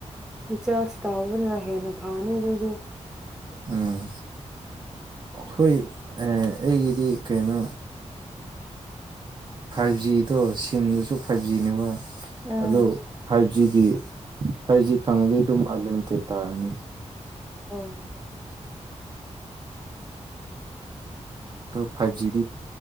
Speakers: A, in the centre; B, on the right (about 40°).
A: ꯆꯥꯁ ꯇꯕ꯭ꯔꯅ ꯍꯦꯅ ꯄꯃꯦꯅꯦ ꯏꯗꯨ
B: ꯎꯝ ꯍꯣꯏ ꯑ ꯑꯩꯒꯤꯗꯤ ꯀꯩꯅꯣ ꯐꯥꯏꯚꯖꯤꯗꯣ ꯁꯤꯝꯗꯨꯁꯨ ꯐꯥꯏꯚꯖꯤꯅꯦꯕ
A: ꯎꯝ
B: ꯑꯗꯨ ꯐꯥꯏꯚ ꯖꯤꯗꯤ ꯐꯥꯏꯚꯖꯤ ꯐꯪꯉꯗꯤ ꯑꯗꯨꯝ ꯑꯟꯂꯤꯃꯤꯠꯇꯦꯠ ꯇꯥꯔꯅꯤ
A: ꯑꯣ
B: ꯗꯨ ꯐꯥꯏꯚꯖꯤꯗꯤ